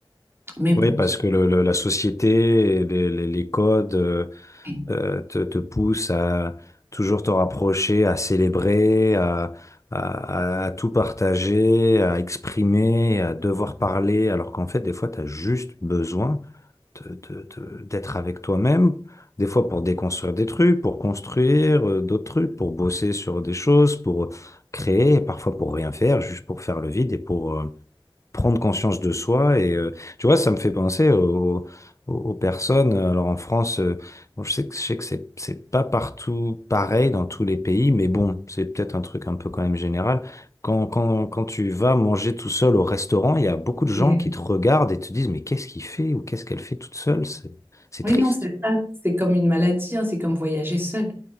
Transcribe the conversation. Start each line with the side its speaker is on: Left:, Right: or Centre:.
Right: Mais
Left: Oui,
Right: bon,
Left: parce
Right: ça-
Left: que le- le- la société, et les, les- les codes euh,
Right: oui,
Left: euh, te, te poussent à toujours te rapprocher, à célébrer, à, à, à- à tout partager, à exprimer, à devoir parler, alors qu'en fait, des fois, tu as juste besoin. te- te- te- d'être avec toi-même, des fois pour déconstruire des trucs, pour construire euh, d'autres trucs, pour bosser sur des choses, pour créer, et parfois pour rien faire, juste pour faire le vide et pour, euh, prendre conscience de soi. Et euh, tu vois, ça me fait penser aux, aux- aux personnes. euh, Alors en France, euh, bon, je sais que, je sais que c'est, c'est pas partout pareil dans tous les pays, mais bon, c'est peut-être un truc un peu quand même général. Quand, quand, quand tu vas manger tout seul au restaurant, il y a beaucoup de gens
Right: oui.
Left: qui te regardent et te disent, mais qu'est-ce qu'il fait ou qu'est-ce qu'elle fait toute seule? C'est, c'est
Right: Oui,
Left: triste.
Right: non, c'est ça. C'est comme une maladie, hein, c'est comme voyager seul.